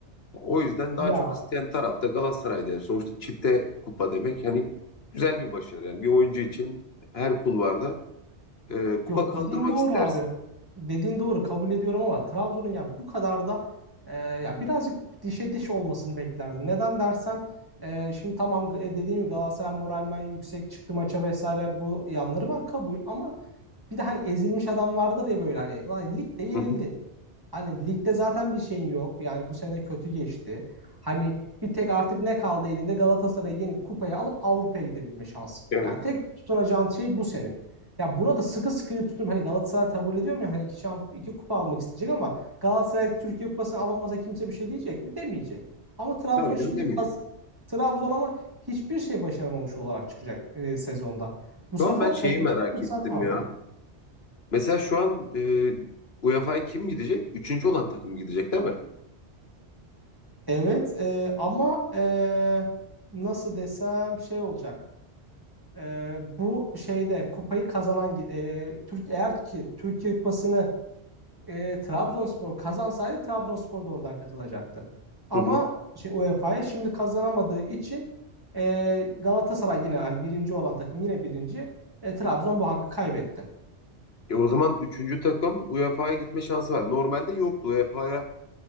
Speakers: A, on the left; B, on the right.
A: O yüzden daha
B: Ya
A: çok isteyen tarafta Galatasaray'da. Yani sonuçta çifte kupa demek yani güzel bir başarı. Yani bir oyuncu için her kulvarda e, kupa
B: Yok
A: kaldırmak
B: dediğin doğru
A: istersin.
B: abi. Dediğin doğru kabul ediyorum ama Trabzon'un ya bu kadar da e, ya birazcık dişe diş olmasını beklerdim. Neden dersen e, şimdi tamam e, dediğim gibi Galatasaray moralmen yüksek çıktı maça vesaire bu yanları var kabul ama bir de hani ezilmiş adam vardır ya böyle hani "Lan ligde yenildin.
A: Hı hı.
B: Hani ligde zaten bir şeyin yok. Yani bu sene kötü geçti. Hani bir tek artık ne kaldı elinde Galatasaray'ı yenip kupayı alıp Avrupa'ya gidebilme şansı.
A: Evet.
B: Yani tek tutunacağın şey bu senin. Ya buna da sıkı sıkı tutum Hani Galatasaray kabul ediyorum ya hani iki, şamp iki kupa almak isteyecek ama Galatasaray Türkiye Kupası'nı alamasa kimse bir şey diyecek mi? Demeyecek. Ama Trabzon
A: Tabii
B: şimdi
A: canım demeyeceğim.
B: kas Trabzon ama hiçbir şey başaramamış olarak çıkacak e, sezonda. Bu
A: Şu
B: sefer
A: an ben şeyi
B: hani elinde
A: merak
B: fırsat
A: ettim
B: vardı.
A: ya. Mesela şu an e, UEFA'ya kim gidecek? Üçüncü olan takım gidecek değil mi?
B: Evet e, ama e, nasıl desem şey olacak. E, bu şeyde kupayı kazanan e, Türk eğer ki Türkiye Kupası'nı e, Trabzonspor kazansaydı Trabzonspor da oradan katılacaktı. Ama
A: Hı hı.
B: şey, UEFA'ya şimdi kazanamadığı için e, Galatasaray yine yani birinci olan takım yine birinci. E, Trabzon bu hakkı kaybetti.
A: E o zaman üçüncü takım UEFA'ya gitme şansı var. Normalde yoktu. UEFA'ya